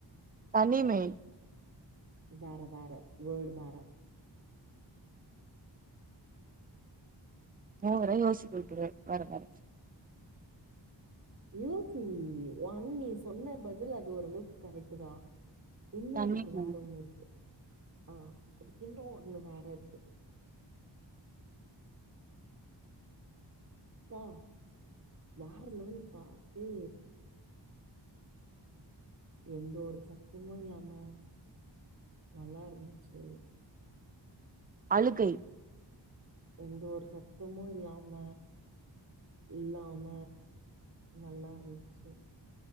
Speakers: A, on the right; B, on the right.
A: தனிமை
B: வேற வேற வர்ட் வேற
A: மூவர யோசிக்க வைக்கிற வர வர
B: யூசி விலியோ ஒன்னு நீ சொன்ன பதில் அது ஓரளவுக்கு கரெக்ட் தான் இன்னும்
A: தனிமை
B: அதுக்கு வேற ஒண்ணு இருக்கு ஆஹ் அதுக்கு இன்னோ ஒண்ணு வேற இருக்கு பா வேற லெவல்பா ஏ எந்த ஒரு சத்தமும் இல்லாம நல்லா இருந்துச்சு
A: அழுகை
B: எந்த ஒரு சத்தமும் இல்லாம இல்லாம நல்லா இருந்துச்சு